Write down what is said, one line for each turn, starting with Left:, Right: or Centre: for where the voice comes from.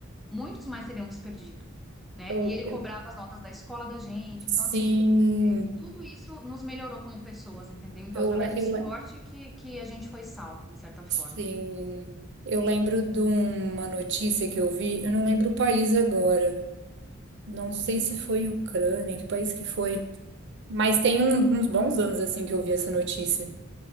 Centre: muitos mais teriam se perdido, né?
Right: Eu,
Centre: E ele
Right: eu-
Centre: cobrava as notas da escola da gente.
Right: sim,
Centre: Então, assim, tudo isso nos melhorou como pessoas, entendeu? Então,
Right: eu,
Centre: através
Right: le-
Centre: do
Right: eu,
Centre: esporte
Right: le-
Centre: que, que a gente foi salvo, de certa forma.
Right: sim, eu lembro de uma notícia que eu vi, eu não lembro o país agora, não sei se foi Ucrânia, que país que foi, mas tem um- uns bons anos assim que eu vi essa notícia,